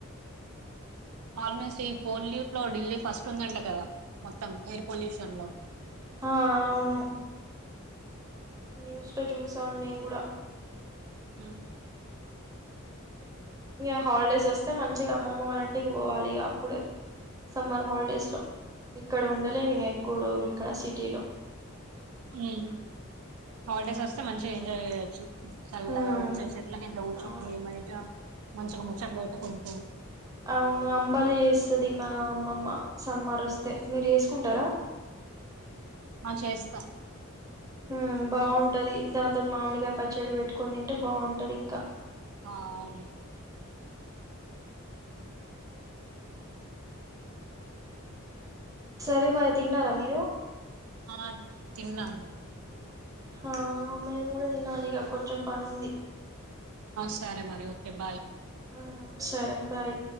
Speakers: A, on the right; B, on the right.
A: ఆల్మోస్ట్ ఈ పొల్యూట్ లో ఢిల్లీ ఫస్ట్ ఉందంట కదా మొత్తం ఎయిర్ పొల్యూషన్ లో
B: ఆ అవును న్యూస్ లో చూసాను నేను కూడా
A: మ్
B: ఇగ హాలిడేస్ వస్తే మంచిగా అమ్మమ్మ వాళ్ళంటికి పోవాలి. ఇగ అప్పుడే సమ్మర్ హాలిడేస్ లో ఇక్కడ ఉండలేము ఇంగ ఎక్కువ రోజులు ఇక్కడ సిటీ లో.
A: హుమ్ హాలిడేస్ వస్తే మంచిగా ఎంజాయ్ చేయ్ చ్చు చలగ
B: మ్మ్
A: వచే చెట్ల కింద కుర్చుని
B: అవును
A: భయట మంచిగా ముచ్చట్లు పెట్టుకుంటూ
B: అవును అంబలి ఇస్తుందిమా అమ్మమ్మ సమ్మార్ వస్తే మీరు వేసుకుంటారా
A: ఆ చేస్తాన
B: మ్మ్ బాగుంటది దాంతో మామిడిగాయ పచ్చడి పెట్టుకని తింటే బాగుంటది ఇంకా
A: ఆ అవును
B: సరే మరి తిన్నారా మీరు
A: ఆ తిన్నా
B: ఆ మేము కూడా తినాలి ఇక కొంచెం పని ఉంది
A: సరే మరి ఓకే బాయ్
B: ఆ సరే బాయ్